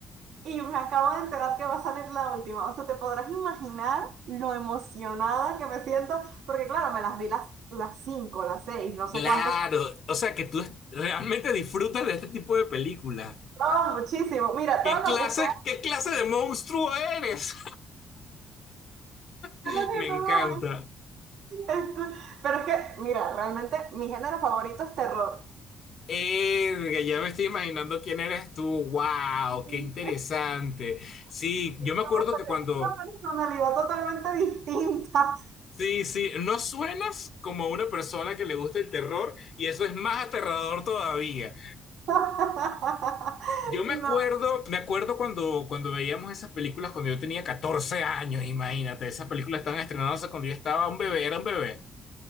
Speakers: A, on the right; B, on the left.
A: y me acabo de enterar que va a salir la última. O sea, te podrás imaginar lo emocionada que me siento, porque claro, me las vi las, las cinco, las seis, no sé
B: Claro,
A: cuántas
B: o sea que tú es- realmente disfrutas de este tipo de películas.
A: No, muchísimo. Mira,
B: ¿Qué
A: todo
B: clase,
A: lo que sea
B: qué clase de monstruo eres?
A: <laughs>
B: <laughs>
A: de terror,
B: Me
A: no,
B: encanta.
A: no, <laughs> es- es cool. Pero es que, mira, realmente mi género favorito es terror.
B: Erga, ya me estoy imaginando quién eres tú. ¡Wow!
A: <laughs>
B: ¡Qué interesante!
A: Y
B: Sí, yo me
A: que
B: acuerdo
A: me sacó
B: que cuando.
A: Una personalidad totalmente distinta.
B: Sí, sí, no suenas como una persona que le gusta el terror y eso es más aterrador todavía.
A: <laughs>
B: Yo me
A: No,
B: acuerdo, me acuerdo cuando, cuando veíamos esas películas cuando yo tenía 14 años, imagínate, esas películas estaban estrenadas cuando yo estaba un bebé, era un bebé.